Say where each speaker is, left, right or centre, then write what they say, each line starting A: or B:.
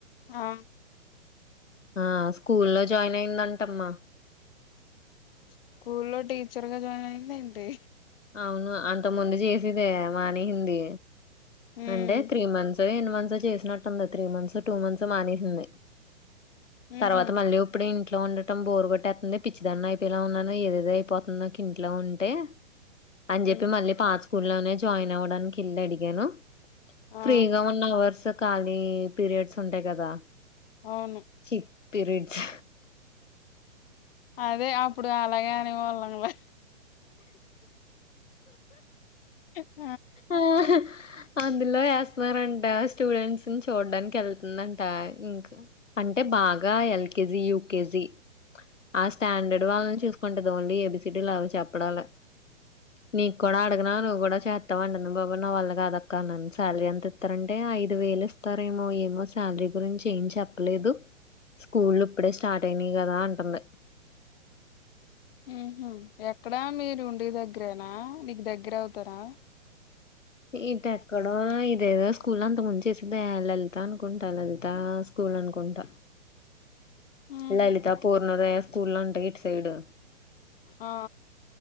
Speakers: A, on the left; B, on the left.
A: ఆ
B: ఆ స్కూల్ లో జాయిన్ అయిందంటమ్మా
A: స్కూల్ లో టీచర్గా జాయిన్ అయిందా ఏంటి
B: అవును అంత ముందు చేసిదే మానేసింది
A: ఉమ్
B: అంటే త్రీ మంత్స్ ఎన్ని మంత్స్ చేసినట్టుంది త్రీ మంత్స్ టూ మంత్స్ మానేసింది
A: ఉహు
B: తర్వాత మళ్ళీ ఇప్పుడే ఇంకా ఇంట్లో ఉండటం బోరు కొట్టేతుంది పిచ్చిదాన్ని అయిపోయేలా ఉన్నాను ఏదేదో అయిపోతుందో నాకు ఇంట్లో ఉంటే అని చెప్పి
A: ఉమ్
B: మళ్ళీ పాత స్కూ లోనే జాయిన్ అవ్వడానికి ఇళ్లు అడిగాను
A: ఆ
B: ఫ్రీగా ఉన్ అవర్స్ ఖాళీ పీరియడ్స్ ఉంటాయి కదా
A: అవును
B: చి పిరిడ్స్
A: అదే అప్పుడు అలాగేఅనే వాళ్ళు హా
B: ఆహ అందులో ఏస్తున్నారంట స్టూడెంట్స్ని చూడ్డానికి ఎళ్తుందంట ఇంక అంటే బాగా ఎల్కెజి యూకేజి
A: చ్చు
B: ఆ స్టాండెడ్ వాళ్ళని చూస్ కుంటదు ఓన్లీ ఏబిసిడీ అవి చెప్పడాలే నీకు కూడా అడగనా నువ్వు కూడా చే వస్తావ అంటన్న బాబో నా వాళ్ళగాదక్క అనింది శాలరీ ఎంత ఇస్తారంటే ఐదు వేలు ఇస్తారేమో ఏమో శాలరీ గురించి ఏం చెప్పలేదు స్కూల్లు ఇప్పుడే స్టార్ట్ అయినాయి గదా అంటుంది
A: హ్ ఉహ ఎక్కడా మీరు ఉండే దగ్గరేనా నీకు దగ్గర అవుతారా
B: ఇటు ఎక్కడో ఇదేదో స్కూల్ అంత ముంచేసింది లలిత అనుకుంటా లలిత స్కూల్ అనుకుంటా
A: ఉహు
B: లలిత పూర్ణోదయా స్కూల్లంట ఇటు సైడు
A: ఆ